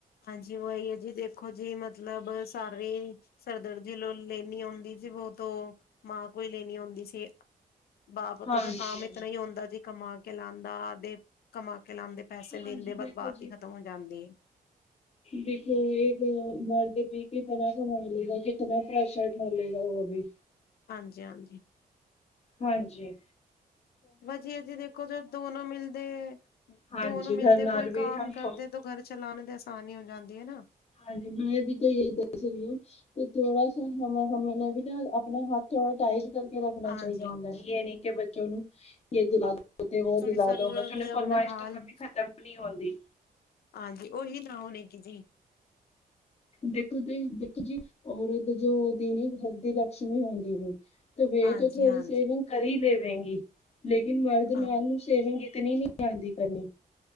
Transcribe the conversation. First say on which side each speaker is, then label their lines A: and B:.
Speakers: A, on the left; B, on the left.
A: ਹਾਂਜੀ ਉਹੀ ਹੈ ਜੀ ਦੇਖੋ ਜੀ ਮਤ ਮਤਲਬ ਸਾਰੀ ਸਿਰਦਰਦੀ ਲੋ ਲੈਣੀ ਹੁੰਦੀ ਜੀ ਬਹੁਤ ਤੋਂ ਮਾਂ ਕੋ ਲੈਣੀ ਹੁੰਦੀ ਸੀ ਬਾਪ ਓਦਾਂ
B: ਹਾਂਜੀ
A: ਦਾ ਕਮ ਇਤਨਾ ਹੀ ਹੁੰਦਾ ਜੀ ਕਮਾ ਕੇ ਲਾਂਦਾ ਦੇ ਕਮਾ ਕੇ ਲਾਉਂਦੇ ਪੈਸੇ
B: ਹਾਂਜੀ
A: ਦਿੰਦੇ ਵਕਤ
B: ਦੇਖੋ
A: ਬਾਤ ਹੀ ਖ਼ਤਮ ਹੋ ਜਾਂਦੀ
B: ਦੇਖੋ ਏਕ ਮਰਦ ਵੀ ਕਿਤਨਾ ਕਮਾ ਲੇਗਾ ਕਿਤਨਾ ਪ੍ਰੈਸ਼ਰ ਉਠਾ ਲੇਗਾ ਉਹ ਵੀ
A: ਹਾਂਜੀ, ਹਾਂਜੀ
B: ਹਾਂਜੀ
A: ਵਾਜੀ ਜੀ ਦੇਖੋ ਜੋ ਦੋਨੋ ਮਿਲਦੇ
B: ਹਾਂਜੀ
A: ਦੋਨੋ ਮਿਲਦੇ
B: ਨਾਲ
A: ਕੋਈ ਕੰਮ
B: ਵੀ ਹਮ
A: ਕਰਦੇ
B: ਥੋ
A: ਤੋ ਘਰ ਚਲਾਣੇ ਤੇ ਆਸਾਨੀ ਹੋ ਜਾਂਦੀ ਹੈ ਨਾ
B: ਹਾਂਜੀ ਮੈਂ ਵੀ ਤਾਂ ਯੇਹੀ ਦੱਸ ਰਹੀ ਹਾਂ ਉਹ ਥੋੜਾ ਸਮਾਂ ਸਮੇ ਵੀ ਆਪਣਾ ਹੱਥ ਔਰ ਟਾਈਟ ਕਰਕੇ ਰੱਖਣਾ
A: ਹਾਂਜੀ
B: ਚਾਹੀਦਾ ਹੁੰਦਾ ਯੇਹ ਨੀ ਕਿ ਬੱਚੋ ਨੂੰ ਯੇ ਦਿਲਾ ਦੋ ਉਤੇ ਉਹ
A: ਥੋੜੀ
B: ਦਿਲਾ
A: ਜ਼ਰੂਰਤ
B: ਦੋ ਬੱਚੋਂ
A: ਦੇ
B: ਦੀ
A: ਆਪਣਾ
B: ਫਰਮਾਇਸ਼
A: ਹਾਲ
B: ਕਦੀ ਖਤਮ ਨਹੀਂ ਹੁੰਦੀ
A: ਹਾਂਜੀ ਉਹੀ ਨਾਓ ਨੇਗੀ ਜੀ
B: ਦੇਖੋ ਜੀ ਦੇਖੋ ਜੀ ਔਰਤ ਜੋ ਉਹਦੀ ਨੀ ਘਰ ਦੀ ਲਛਮੀ ਹੁੰਦੀ ਜੀ ਤੇ ਵੇਟ
A: ਹਾਂਜੀ
B: ਤੋਂ ਥੋੜੀ
A: ਹਾਂਜੀ
B: ਸੇਵਿੰਗ ਕਰੀ ਲਵੇਗੀ ਲੇਕਿਨ ਮਰਦ
A: ਹਾਂ
B: ਨਾਲ ਨੂੰ ਸੇਵਿੰਗ ਇਤਨੀ ਨੀ ਤੇ ਆਂਦੀ ਕਰਨੀ